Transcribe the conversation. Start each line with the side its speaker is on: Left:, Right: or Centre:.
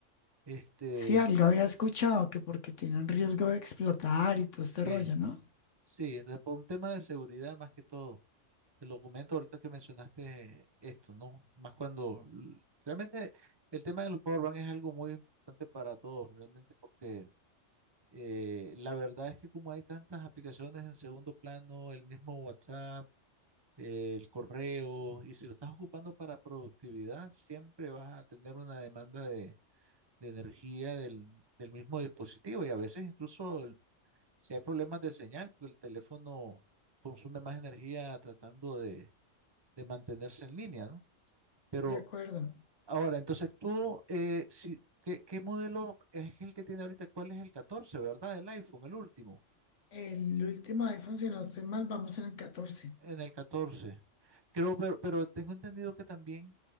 Right: Este,
Left: Sí, algo había escuchado que porque tienen riesgo de explotar y todo este
Right: sí,
Left: rollo, ¿no?
Right: sí, entonces por un tema de seguridad más que todo, el lo ahorita que mencionaste esto, ¿no? Más cuando l- realmente el tema de los powerbank es algo muy importante para todos, realmente, porque eh, la verdad es que como hay tantas aplicaciones en segundo plano, el mismo WhatsApp, eh, el correo, y si lo estás ocupando para productividad, siempre vas a tener una demanda de, de energía del, del mismo dispositivo y a veces incluso el- si hay problemas de señal, pues el teléfono consume más energía tratando de, de mantenerse en línea, ¿no? Pero
Left: De acuerdo.
Right: ahora, entonces tú, eh, si, ¿qué, qué modelo es el que tiene ahorita? ¿Cuál es el catorce verdad? El iPhone, el último.
Left: El último iPhone, si no estoy mal, vamos en el catorce.
Right: en el catorce Creo, pero, pero tengo entendido que también